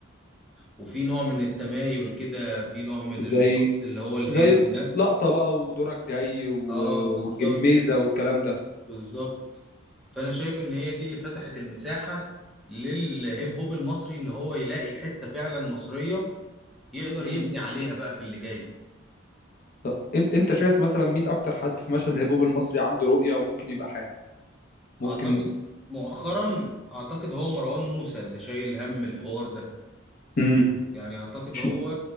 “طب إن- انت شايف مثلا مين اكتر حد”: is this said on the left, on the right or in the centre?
Left